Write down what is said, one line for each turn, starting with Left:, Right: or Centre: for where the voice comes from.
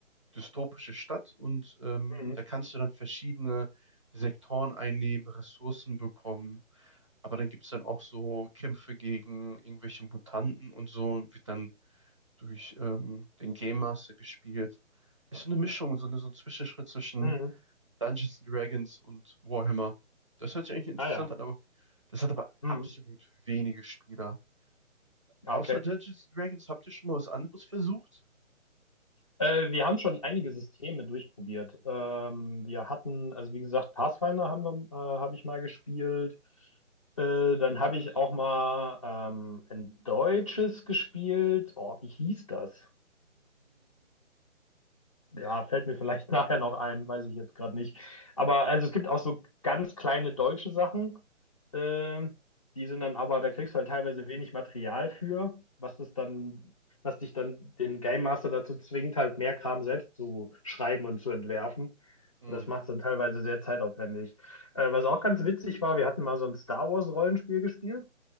Right: dystopische Stadt und ähm,
Left: Mhm.
Right: da kannst du dann verschiedene Sektoren einnehmen, Ressourcen bekommen. Aber dann gibt es dann auch so Kämpfe gegen irgendwelche Mutanten und so, wird dann durch ähm, den Game Master gespielt. Ist so eine Mischung, so, eine, so ein Zwischenschritt zwischen
Left: Mhm.
Right: Dungeons and Dragons und Warhammer. Das hört sich eigentlich interessant
Left: Ah, ja.
Right: an, aber das hat aber
Left: Mhm.
Right: absolut wenige Spieler.
Left: Ah,
Right: Außer
Left: okay.
Right: Dungeons and Dragons, habt ihr schon mal was anderes versucht?
Left: Äh, wir haben schon einige Systeme durchprobiert. Ähm, wir hatten, also wie gesagt, Pathfinder haben wir, äh, habe ich mal gespielt. Äh, dann habe ich auch mal ähm, ein deutsches gespielt. Oh, wie hieß das? Ja, fällt mir vielleicht <laughs> nachher noch ein, weiß ich jetzt gerade nicht. Aber also es gibt auch so ganz kleine deutsche Sachen, ähm, die sind dann aber, da kriegst du halt teilweise wenig Material für, was das dann, was dich dann den Game Master dazu zwingt, halt mehr Kram selbst zu schreiben und zu entwerfen.
Right: Hm.
Left: Und das macht es dann teilweise sehr zeitaufwendig. Äh, was auch ganz witzig war, wir hatten mal so ein Star Wars Rollenspiel gespielt.